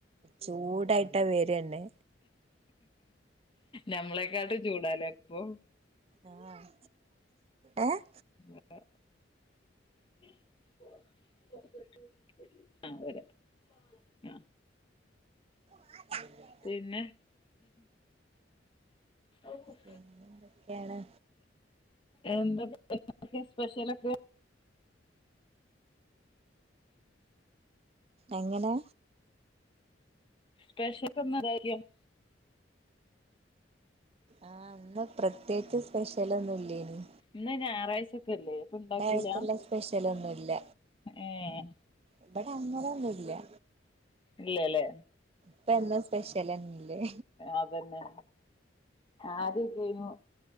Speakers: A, on the right; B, on the left.
A: ചൂടായിട്ട വെര്ന്നെ.
B: നമ്മളെക്കാട്ടു ചൂടാലേ ഇപ്പൊ.
A: ആഹ് ഏഹ്
B: <unintelligible> <unintelligible> ആഹ് വര. ന
A: <unintelligible>
B: പിന്നെ <unintelligible>
A: പിന്നെ ന്തെക്കേണ്
B: എന്താപ്പോ വെയ്ന്നാരത്തിന് സ്പെഷ്യലൊക്കെ
A: എങ്ങനെ
B: സ്പെഷ്യ <unintelligible>
A: ആഹ് ഇന്ന് പ്രത്യേച്ച് സ്പെഷ്യലൊന്നുല്ലെയ്നി
B: ഇന്ന് ഞായറാഴ്ചൊക്കെല്ലേ പ്പൊ ഇണ്ടാക്കിലാ.
A: ആയിട്ടുള്ള സ്പെഷ്യലൊന്നുല്ല
B: ഏഹ്
A: ഇബടങ്ങനൊന്നുല്ല.
B: ഇല്ലല്ലേ.
A: ഇപ്പെന്നും സ്പെഷ്യലന്നെല്ലേ.
B: അതന്നെ ആദ്യക്കെയ്‌നു